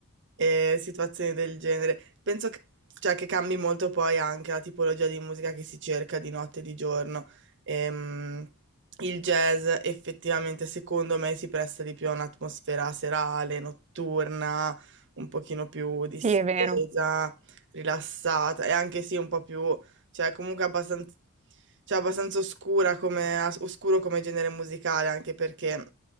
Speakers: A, on the right (about 55°); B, on the right (about 30°).
A: e situazioni del genere. Penso che, cioè, che cambi molto poi anche la tipologia di musica che si cerca di notte e di giorno. Ehm, il jazz effettivamente secondo me si presta di più a un'atmosfera serale, notturna, un pochino più distesa,
B: sì, è vero.
A: rilassata e anche sì un po' più cioè comunque abbastanza, cioè, abbastanza oscura come, as- oscuro come genere musicale, anche perché